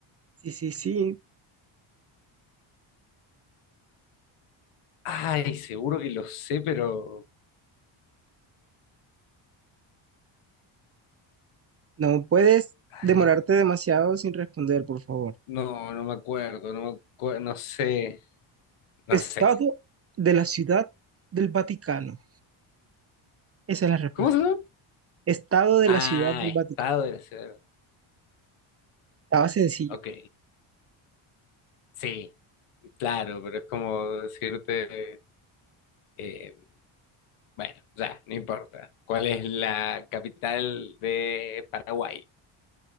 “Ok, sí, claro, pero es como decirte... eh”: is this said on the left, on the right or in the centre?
Left